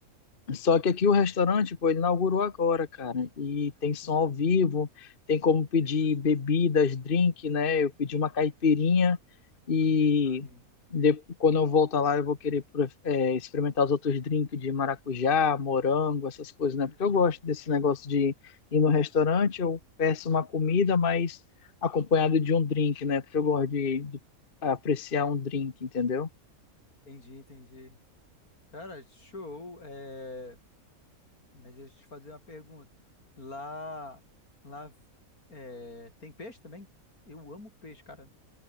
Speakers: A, on the left; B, on the left.
A: Só que aqui o restaurante, pô, ele inaugurou agora, cara. E tem som
B: Uhum.
A: ao vivo, tem como pedir bebidas, drink, né? Eu pedi uma caipirinha e
B: Sim.
A: de- quando eu voltar lá eu vou querer pro- é, experimentar os outros drinks de maracujá, morango, essas coisas, né?
B: Uhum.
A: Porque eu gosto desse negócio de ir no restaurante, eu peço uma comida, mas acompanhado de um drink, né? Porque eu gosto de de apreciar um drink, entendeu?
B: Entendi, entendi. Cara, show. É... Mas deixa eu te fazer uma pergunta. Lá, lá é... tem peixe também? Eu amo peixe, cara.